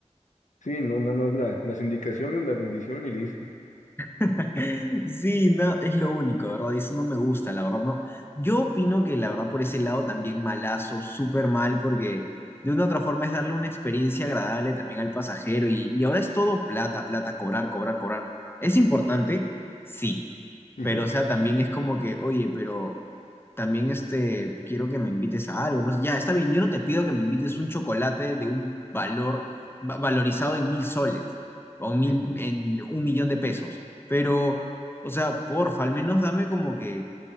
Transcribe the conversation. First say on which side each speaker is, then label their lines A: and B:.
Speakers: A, on the left (about 85°); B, on the left (about 20°).
A: sí, no, nada más la, las indicaciones, la bendición y listo.
B: <laughs> Sí, no, es lo único, ¿verdad? Y eso no me gusta, la verdad, no. Yo opino que la verdad por ese lado también malazo, súper mal, porque de una u otra forma es darle una experiencia agradable también al pasajero y, y ahora es todo plata, plata, cobrar, cobrar, cobrar. ¿Es importante? Sí,
A: Ujú,
B: pero o sea, también es como que, oye, pero también este, quiero que me invites a algo. ¿no? Ya, está bien, yo no te pido que me invites un chocolate de un valor va- valorizado en mil soles o en mil,
A: ujú.
B: en un millón de pesos, pero, o sea, porfa, al menos dame como que,